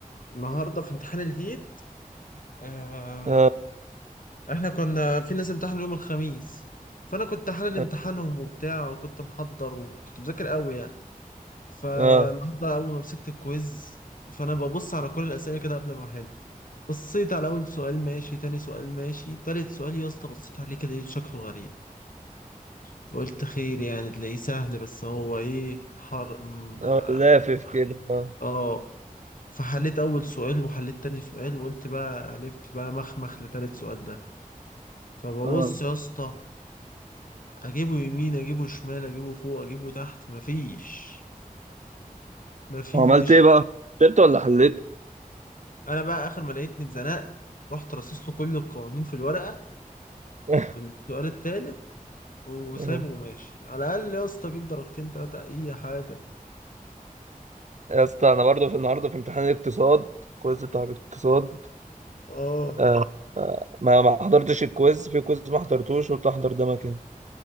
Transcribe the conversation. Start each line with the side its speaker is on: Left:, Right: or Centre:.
Left: النهارده في امتحان الهيت آه
Right: اه
Left: احنا كنا في ناس امتحنوا يوم الخميس فانا كنت حلل امتحانهم
Right: اه,
Left: وبتاع وكنت محضر وكنت مذاكر قوي يعني فالنهارده
Right: آه.
Left: اول ما مسكت الكويز فانا ببص على كل الاسئله كده قبل ما احل بصيت على اول سؤال ماشي تاني سؤال ماشي تالت سؤال يا اسطى بصيت عليه كده إيه، شكله غريب فقلت خير يعني تلاقيه سهل بس هو ايه حر م-
Right: آه، لافف كده اه
Left: اه فحليت اول سؤال وحليت تاني سؤال وقلت بقى الف بقى مخمخ لتالت سؤال ده فببص
Right: اه
Left: يا اسطى اجيبه يمين اجيبه شمال اجيبه فوق اجيبه تحت مفيش مفيش
Right: وعملت ايه بقى؟ كتبت ولا حليت؟
Left: انا بقى اخر ما لقيتني اتزنقت رحت رصص له كل القوانين في الورقة
Right: <laughs>
Left: في السؤال التالت وسايبه
Right: آه.
Left: وماشي على الاقل يا اسطى اجيب درجتين تلاتة اي حاجة
Right: يا اسطى انا برضه في النهارده في امتحان الاقتصاد الكويز بتاع الاقتصاد
Left: اه
Right: آه. آه. ما ما حضرتش الكويز في كويز ما حضرتوش قلت احضر ده مكان